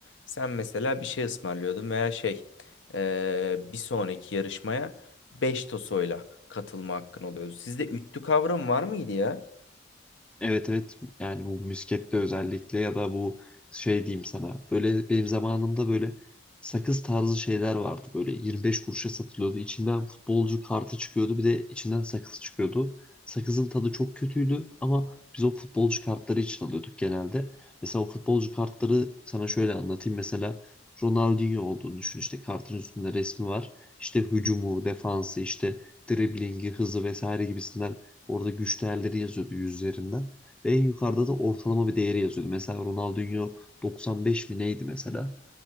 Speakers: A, on the left; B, in the centre.
A: sen mesela bir şey ısmarlıyordun veya şey eee, bir sonraki yarışmaya 5 tosoyla katılma hakkın oluyordu. Sizde üttü kavramı var mıydı ya?
B: Evet evet yani bu müskette özellikle ya da bu şey diyeyim sana böyle benim zamanımda böyle sakız tarzı şeyler vardı böyle 25 kuruşa satılıyordu içinden futbolcu kartı çıkıyordu bir de içinden sakız çıkıyordu sakızın tadı çok kötüydü ama biz o futbolcu kartları için alıyorduk genelde mesela o futbolcu kartları sana şöyle anlatayım mesela Ronaldinho olduğunu düşün işte kartın üstünde resmi var işte hücumu defansı işte driblingi hızı vesaire gibisinden orada güç değerleri yazıyordu yüzlerinden ve en yukarıda da ortalama bir değeri yazıyordu. Mesela Ronaldinho 95 mi neydi mesela?